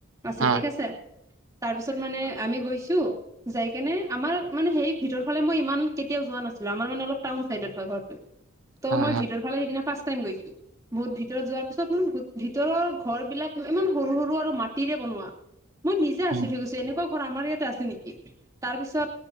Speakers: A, on the right; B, on the right.
A: আছিল
B: হা
A: ঠিক আছে, তাৰপিছত মানে আমি গৈছোঁ যাই কেনে, আমাৰ মানে সেই ভিতৰ ফালে মই ইমান কেতিয়াও যোৱা নাছিলোঁ, আমাৰ মানে অলপ টাউন চাইডত হয় ঘৰটো। ত'
B: হা
A: মই
B: হা
A: ভিতৰফালে সেইদিনা ফাৰ্ষ্ট টাইম গৈছোঁ। বহুত ভিতৰত যোৱাৰ পিছত <unintelligible> ভিতৰৰ ঘৰবিলাক ইমান সৰু সৰু আৰু মাটিৰে বনোৱা। মই নিজে আচৰিত
B: উম
A: হৈ গৈছোঁ, এনেকুৱা ঘৰ আমাৰ ইয়াতে আছে নেকি, তাৰপিছত